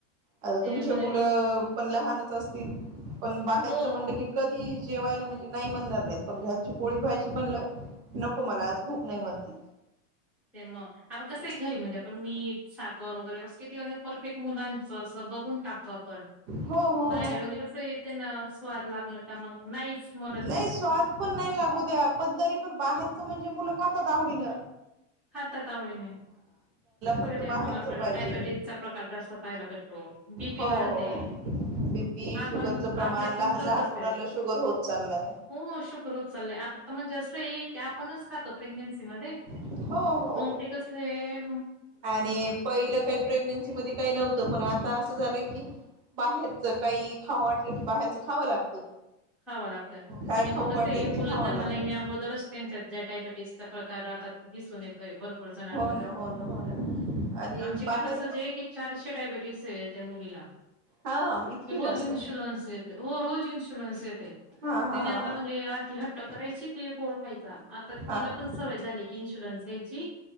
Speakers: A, on the right; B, in the centre.
A: आता
B: ते
A: तुमचे
B: म्हणजे
A: मुलं पण लहानच असतील, पण बाहेरच
B: हो
A: म्हणलं की कधी जेवायला म्हणजे नाही म्हणणार नाही, पण घरची पोळी भाजी म्हणलं, नको मला आज भूक नाही म्हणतील.
B: ते मग आपण कसं घरी म्हणजे आपण मीठ, साखर वगैरे असं किती परफेक्ट मुलांचं असं बघून टाकतो आपण.
A: हो हो
B: बाहेर
A: हो
B: म्हणजे कसयं, त्यांना स्वाद लागलं का मग नाहीच म्हण
A: नाही स्वाद पण नाही लागू द्या पण तरी पण बाहेरच म्हणजे मुलं खातात आवडीन.
B: मग खातात आवडीने, <unintelligible>
A: फक्त बाहेरच
B: मग आपल्याला
A: पाहिजे
B: डायबेटीसचा प्रकार जास्त पाहायला भेटतो. बीपी
A: हो
B: वाढते.
A: हो हो बीपी,
B: आपण
A: शुगरचं प्रमाण,
B: आपल्यात पण
A: लहान,
B: तसच
A: लहान मुलांना
B: आहे
A: शुगर होत चाललंय.
B: हो शुगर होत चालय, आता त म्हणजे असंये की आपणच खातो प्रेग्नेन्सी मध्ये.
A: हो हो
B: मग
A: हो
B: ते कसये.
A: आणि पहिलं काही, प्रेग्नेन्सी मध्ये काही नव्हतं पण आता अस झालंय की,, बाहेरच काही खावं वाटलं की बाहेरचं खावं लागतं.
B: खाव लागतं,
A: काय
B: आणि मग
A: खाऊ
B: कसंय
A: वाटेल ते
B: मुलं
A: खावं
B: जन्माला
A: लागतं.
B: येण्या अगोदरच त्यांच्यात ज्या डायबेटीसच्या प्रकारात दिसून येतोय भर पुर जणांमध्ये,
A: हो ना हो ना हो ना आणि
B: आमचे
A: बाहेर
B: की तसचये
A: पण
B: की चारशे डायबिटीसे त्या मुलीला.
A: हा इतकी
B: रोज
A: जास्त
B: इन्शुलन्स यत, हो रोज इन्शु लनस येते,
A: हा हा
B: तिने
A: हा
B: आता
A: हा
B: म्हणजे आधी हट्ट करायची ती गोड खायचा, आता
A: हा
B: तिला
A: हा
B: पण सवय झाली की इन्शुलन्स घ्यायची.